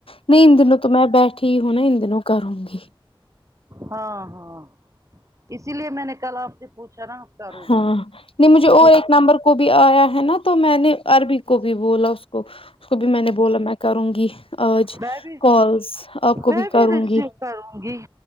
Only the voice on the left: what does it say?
نہیں ان دنوں تو میں بیٹھی ہوںناا اندنوں کروں گی
ہاں نہیں مجھے اور
ایک نمبر کو بھی آیا ہے نا تو میں نے عربی کو بھی بولا اس کو اس کو بھی میں نے بولا میں کروں گی آج
کالس آپ کو
بھی کروں
گی